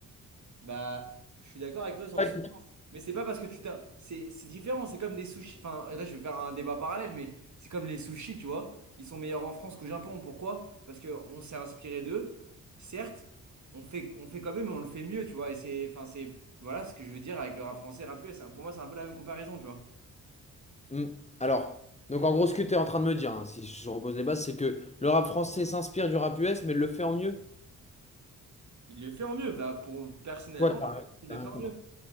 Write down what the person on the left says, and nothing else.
Pas
du
tout.
Hmm. Alors, donc en gros, ce que tu es en train de me dire, hein, si je repose les bases, c'est que le rap français s'inspire du rap US, mais le fait en mieux.
Toi, t'as rien
t'as rien
compris.